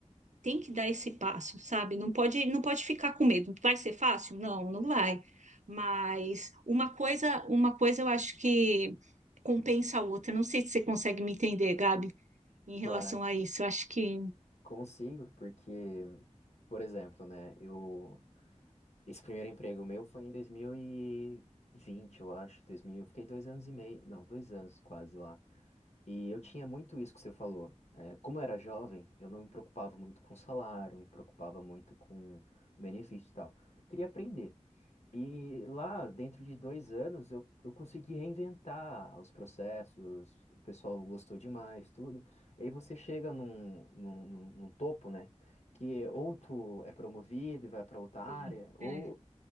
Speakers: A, on the right; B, on the left.
A: tem que dar esse passo, sabe? Não pode, não pode ficar com medo. Vai ser fácil? Não, não vai. Mas uma coisa, uma coisa eu acho que compensa a outra. Não sei se você consegue me entender, Gabi, em relação
B: Claro.
A: a isso. Eu acho que
B: Consigo, porque, por exemplo, né, eu, esse primeiro emprego meu foi em dois mil e vinte eu acho, 2000, eu fiquei dois anos e meio, não, dois anos quase lá. E eu tinha muito isso que você falou. É, como eu era jovem, eu não me preocupava muito com salário, não me preocupava muito com benefício e tal. Eu queria aprender. E lá, dentro de dois anos, eu, eu consegui reinventar os processos, o pessoal gostou demais, tudo. E aí você chega num, num, num, num topo, né? Que ou tu é promovido e vai para outra área,
A: sim,
B: ou
A: é,